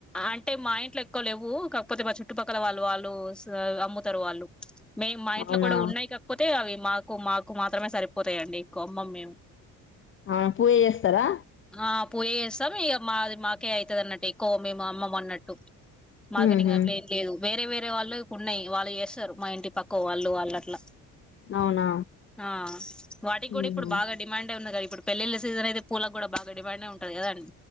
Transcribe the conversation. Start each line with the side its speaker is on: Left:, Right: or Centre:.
Centre: అంటే మా ఇంట్లో ఎక్కువ లేవు కాకపోతే మ చు క్కల వాళ్ళు వాళ్ళు అమ్ముతారు వాళ్ళు మేము మా ఇంట్లో
Left: అవునా
Centre: కూడా ఉన్నాయి కాకపోతే అవి మా కో మాకు మాత్రమే సరిపోతాయండి కోంబం మేము
Left: ఆ పూయ చేస్తరా
Centre: ఆ పూయ చేస్తాం ఇక మాది మాకే ఐతది అన్నట్టు ఎక్కువ మేము అమ్మమన్నట్టు మార్కెటింగ్
Left: ఉహు
Centre: అట్ల ఏం లేదు వేరే వేరే వాళ్ళు ఉన్నాయి వాళ్ళు చేస్తారు మా ఇంటి పక్క వాళ్ళు వాళ్ళట్ల
Left: అవునా
Centre: ఆ వాటికి కూడా
Left: మ్మ్
Centre: ఇప్పుడు బాగా డిమాండ్ ఏ ఉంది కదా ఇప్పుడు పెళ్ళిళ్ళ సీజన్ అయితే పూలకు కూడా బాగా డిమాండ్ ఏ ఉంటది కదండి